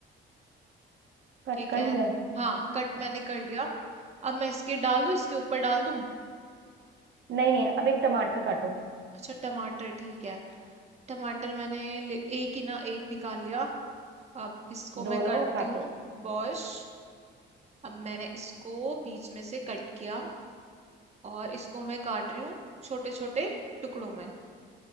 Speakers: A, on the right; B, on the right.
A: कट
B: ठीक
A: कर
B: है
A: लिया
B: हाँ कट मैंने कर लिया अब मैं इसके डाल दूँ इसके ऊपर डाल दूँ
A: नहीं नहीं अब एक टमाटर काटो
B: अच्छा टमाटर ठीक है टमाटर मैंने ले- एक ही ना एक निकाल लिया अब इसको
A: धो
B: मैं
A: लो
B: करती
A: और काटो
B: हूँ वॉश अब मैंने इसको बीच में से कट किया और इसको मैं काट रही हूँ छोटे छोटे टुकड़ों में